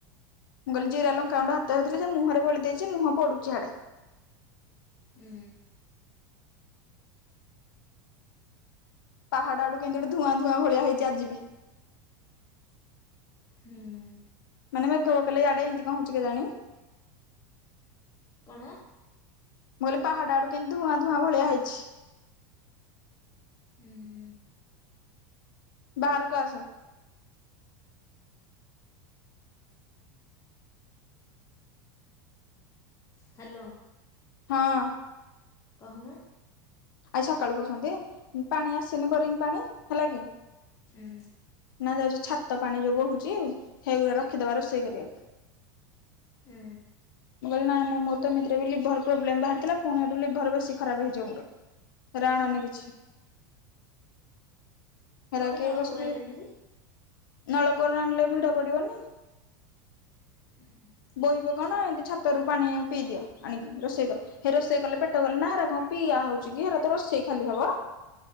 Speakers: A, on the left; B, on the left.
A: ମୁଁ କହିଲି ଜିରା ଲଙ୍କା ଗଣ୍ଡ ହାତ ହେଇଥିଲି ଯେ ମୁହଁରେ ବଳି ଦେଇଚି ମୁଁ ପଡୁଛି ହାଡେ।
B: ହୁଁ।
A: ପାହାଡ ଆଡୁ କେମିତି ଗୋଟେ ଧୂଆଁ ଧୂଆଁ ଭଳିଆ ହେଇଛି ଆଜି ବି।
B: ହୁଁ।
A: ମାନେ ମା ଗୋ କଲେ ଏଆଡେ ଇମିତି କ ହଉଚି କେଜାଣି।
B: କଣ।
A: ମୁଁ କହିଲି ପାହାଡ ଆଡୁ କେମି ଧଆଁ ଧୂଆଁ ଭଳିଆ ହେଇଛି।
B: ହୁଁ।
A: ବାହାରକୁ ଆସେ।
B: ହାଲୋ।
A: ହଁ।
B: କହୁନ।
A: ଆଜି ସକାଳୁ କହୁଛନ୍ତି ପାଣି ଆସିନି ବୋରିଂ ପାଣି ହେଲା କି।
B: ହୁଁ।
A: ନା ଯାଉଚି ଛାତ ପାଣି ଯୋଉ ବହୁଚି ସେଇଗୁଡା ରଖିଦବା ରୋଷେଇ କରିବାକୁ।
B: ହୁଁ।
A: ମୁଁ କଇଲି ନାଇଁ ନାଇଁ ମୋ ତ ଏମିତିରେ ବି ଲିଭର ପ୍ରୋବ୍ଲେମ ବାହାରଥିଲା ପୁଣି ଏଠୁ ଲିଭର ବେଶୀ ଖରାପ ହେଇଯିବ ମୋର। ହେରା ଆଣନି କିଛି ହେରା
B: କଣ ପାଇଁ
A: କିଏ
B: ନଳକୂଅରୁ
A: ବସିକି।
B: ଆଣିଲେନି ହେରି?
A: ନଳକୂଅରୁ ଆଣିଲେ ଭିଡ ପଡିବନି।
B: <inaudible>
A: ବୋହିିବ କଣ
B: ଛା
A: ଏମିତି ଛାତରୁ ପାଣି ପିଇଦିଅ ଆଣିକି ରୋଷେଇ କର। ହେ ରୋଷେଇ କଲେ ପେଟ କଲେନା ହେରା କଣ ପିଇଆ ହଉଛି କି ହେରା ତ ରୋଷେଇ ଖାଲି ହବ।